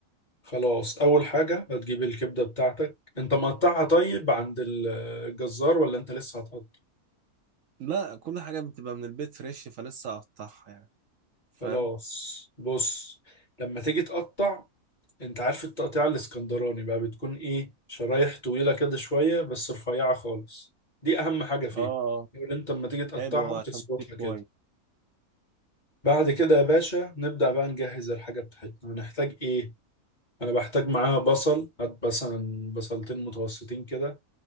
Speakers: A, on the left; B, on the right.
A: خلاص أول حاجة هتجيب الكبدة بتاعتك أنت مقطعها طيب عند الجزار ولا أنت لسه هتقطع
B: لا كل حاجه بتبقى من البيت فريش فلسه هقطعها يعني فاهم
A: خلاص بص لما تيجي تقطع أنت عارف التقطيع الإسكندراني بقى بتكون إيه شرايح طويلة كده شوية بس رفيعة خالص دي أهم حاجة فيها
B: اه آه.
A: اللي أنت لما تيجي تقطعها
B: حلو عشان
A: وتظبطها
B: تجيب
A: كده
B: كويس
A: بعد كده يا باشا نبدأ بقى نجهز الحاجة بتاعتنا هنحتاج إيه انا بحتاج معاها بصل هات مثلا بصلتين متوسطين كده